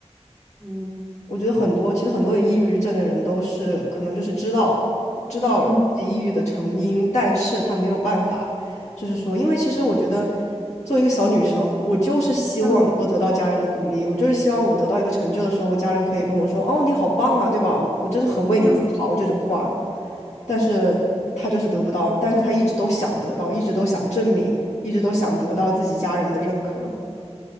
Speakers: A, in the centre; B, on the left.
A: 嗯
B: 我觉得很多，其实很多有抑郁症的人都是可能就是知道知道自己抑郁的成因，
A: 嗯
B: 但是他没有办法，就是说，因为其实我觉得作为一个小女生，我就是希望能够得到家人的鼓励，
A: 嗯
B: 我就是希望我得到一个成就的时候，我家人可以跟我说：“哦，你好棒啊，对吧？我我就是很为你自豪这种话。”
A: 嗯。
B: 但是他就是得不到，但是他一直都想得到，一直都想证明，一直都想得到自己家人的认可。